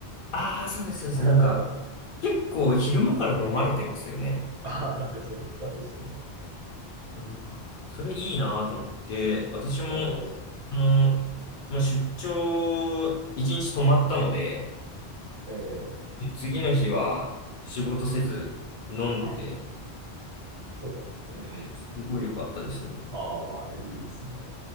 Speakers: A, on the left; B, on the right.
A: ああ、そうです、そうです。
B: <laughs>
A: なんか、結構昼間から飲まれてますよね。
B: ああ、なんかそんな感じですよね。
A: うんそれいいなと思って、私も、
B: うん。
A: あの、まあ、出張、一日泊まったので、
B: ええ
A: 次の日は仕事せず飲んでて、
B: うん。そうか、そうか。
A: すごい良かったですね。
B: ああ、いいですね。